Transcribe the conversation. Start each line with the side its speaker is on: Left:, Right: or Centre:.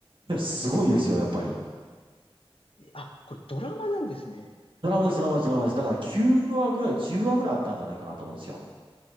Right: でもすごいですよ、やっぱり。
Left: えあ、これドラマなんですね。
Right: ドラマです、ドラマです、ドラマです。だから9話ぐらい、10話ぐらいあったんじゃないかなと思うんですよ。